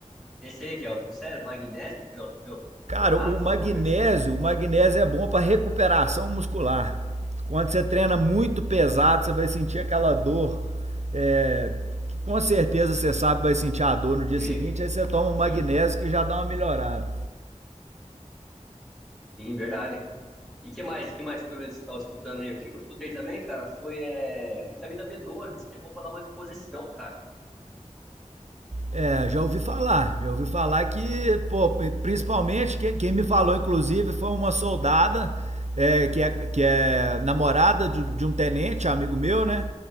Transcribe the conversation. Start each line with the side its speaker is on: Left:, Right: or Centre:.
Centre: Esse aí que é por sério, magnésio, trio- trio-
Right: Cara,
Centre: trionato,
Right: o magnésio,
Centre: alguma coisa assim?
Right: o magnésio é bom para recuperação muscular. Quando você treina muito pesado, você vai sentir aquela dor. É, com certeza você sabe vai sentir a dor no dia
Centre: Sim,
Right: seguinte, aí você toma o magnésio
Centre: sim,
Right: que já dá uma melhorada.
Centre: sim, verdade. E que mais, que mais suplementos você estava escutando aí? O que que eu escutei também, cara, foi é, vitamina B12, diz que é bom pra dar uma disposição, cara.
Right: É, já ouvi falar, já ouvi falar que, pô, principalmente, quem, quem me falou, inclusive, foi uma soldada é, que, é, que é namorada de, de um tenente, amigo meu, né?